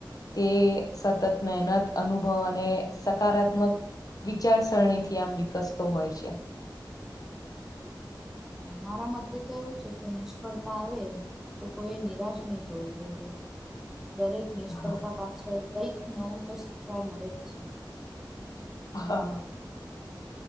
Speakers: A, on the left; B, in the centre.
A: તે સતત મહેનત અનુભવ અને સકારાત્મક વિચારસરણી થી આમ વિકસતો હોય છે.
B: મારા મતે તો એવું છે કે નિષ્ફળતા આવે. તો કોઈએ નિરાશ નહી થવું જોઈએ દરેક નિષ્ફળતા
A: હા
B: પાછળ કંઈક નવું તો શીખવા મળે જ છે.
A: હા